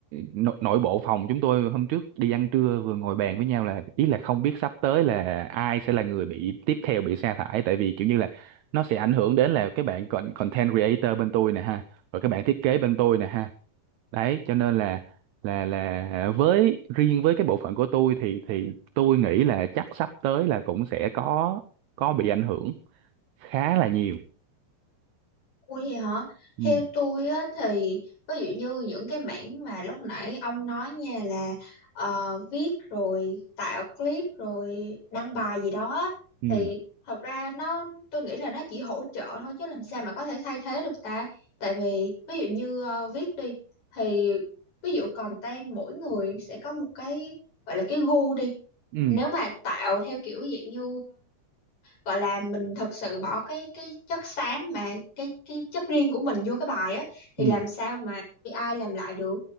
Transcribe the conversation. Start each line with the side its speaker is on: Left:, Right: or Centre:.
Right: nội, nội bộ phòng chúng tôi hôm trước đi ăn trưa vừa ngồi bàn với nhau là ý là không biết sắp tới là ai sẽ là người bị tiếp theo bị sa thải tại vì kiểu như là nó sẽ ảnh hưởng đến là cái bạn con- content creator bên tôi nè ha rồi cái bạn thiết kế bên tôi nè ha đấy cho nên là là là với riêng với cái bộ phận của tôi thì thì tôi nghĩ là chắc sắp tới là cũng sẽ có có bị ảnh hưởng khá là nhiều
Left: Ủa vậy hả?
Right: ừ
Left: Theo tôi á, thì ví dụ như những cái mảng mà lúc nãy ông nói nha là ờ, viết rồi tạo clip rồi đăng bài gì đó á,
Right: ừ
Left: thì thật ra nó tôi nghĩ là nó chỉ hỗ trợ thôi chứ làm sao mà có thể thay thế được ta. Tại vì ví dụ như ờ, viết đi thì ví dụ content mỗi người sẽ có một cái gọi là cái gu đi.
Right: ừ
Left: Nếu mà tạo theo kiểu dạng như gọi là mình thật sự bỏ cái cái chất xám mà cái cái chất riêng của mình vô cái bài á thì
Right: ừ
Left: làm sao mà AI làm lại được